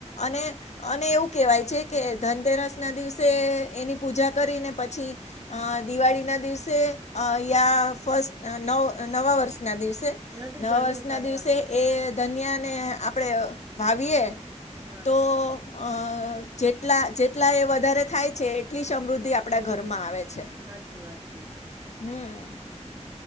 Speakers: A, on the left; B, on the right.
A: અને અને એવું કેવાય છે કે ધનતેરસ ના દિવસે સે એની પૂજા કરીને પછી અહ દિવાળીના દિવસે અહ અઈયા ફસ્ટ આ નવ નવા વર્ષના દિવસે
B: એનાથી
A: નવા
B: ઝાડુનો
A: વર્ષ ના
B: કાઢવાનો
A: દિવસે એ ધનિયાને આપળે અ વાવીએ
B: હા
A: તો અહ જેટલા જેટલા એ વધારે થાય છે એટલી સમૃદ્ધિ આપડા ઘરમાં આવે છે
B: હાચી વાત છે
A: હમ્મ